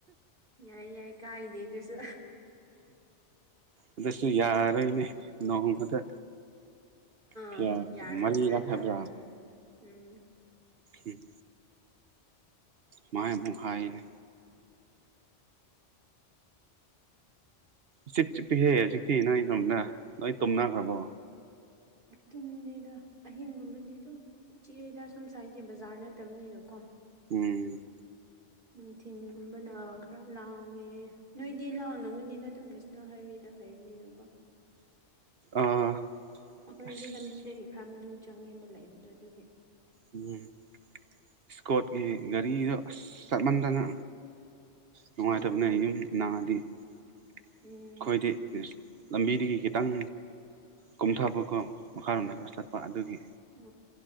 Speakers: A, on the right; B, on the right.
A: ꯌꯥꯏ ꯌꯥꯏ ꯀꯥꯏꯗꯦ ꯑꯗꯨꯁꯨ
B: ꯑꯗꯨꯁꯨ ꯌꯥꯔꯣꯏꯅꯦ ꯅꯣꯡꯃꯗ ꯀꯌꯥ
A: ꯑ ꯌꯥꯔꯣꯏ
B: ꯃꯔꯤꯔꯛ
A: ꯐꯔꯛ
B: ꯍꯥꯏꯕ꯭ꯔꯥ
A: ꯇꯥꯒꯅꯤ ꯎꯝ
B: ꯎꯝ ꯃꯥꯥꯏ ꯑꯃꯨꯛ ꯍꯥꯏꯅꯦ ꯆꯤꯛ ꯆꯤꯛꯍꯦ ꯍꯧꯖꯤꯛꯇꯤ ꯅꯪꯩꯅꯣꯝꯗ ꯂꯣꯏ ꯇꯨꯝꯅꯈ꯭ꯔꯕꯣ
A: ꯇꯨꯝꯗꯦꯗ ꯑꯍꯤꯡꯒꯨꯝꯕꯗꯤ ꯑꯗꯨꯝ ꯆꯤꯦꯗ ꯁꯣꯝ ꯁꯥꯏꯗꯦ ꯕꯖꯥꯔ ꯅꯠꯇꯕꯅꯤꯅꯀꯣ
B: ꯎꯝ
A: ꯅꯨꯡꯊꯤꯤꯟꯒꯨꯝꯕꯅ ꯈꯔ ꯂꯥꯡꯉꯦ ꯅꯣꯏꯗꯤ ꯂꯥꯡ ꯅꯅꯕꯅꯤꯅ ꯑꯗꯨꯝ ꯅꯦꯁꯅꯦꯜ ꯍꯥꯏꯋꯦꯗ ꯂꯩꯕꯅꯤꯅꯀꯣ
B: ꯑꯥ
A: ꯑꯩꯈꯣꯏꯗꯤ
B: ꯑꯁ
A: ꯂꯝꯕꯤꯗꯒꯤ ꯈꯔ ꯃꯅꯨꯡ ꯆꯪꯉꯦꯕ ꯂꯩꯕꯗꯣ ꯑꯗꯨꯒꯤ
B: ꯎꯝ ꯏꯁꯀꯣꯠꯀꯤ ꯒꯥꯔꯤꯗꯣ ꯑꯁ ꯆꯠꯃꯟꯗꯅ ꯅꯨꯡꯉꯥꯏꯇꯕꯅꯦ
A: ꯎꯝ
B: ꯌꯨꯝ ꯅꯪꯉꯗꯤ ꯑꯩꯈꯣꯏꯗꯤ
A: ꯎꯝ
B: ꯂꯝꯕꯤꯗꯒꯤ ꯈꯤꯇꯪ ꯀꯣꯊꯕꯀꯣ ꯃꯈꯥꯔꯣꯝꯗ ꯈꯔ ꯆꯠꯄ ꯑꯗꯨꯒꯤ
A: ꯑ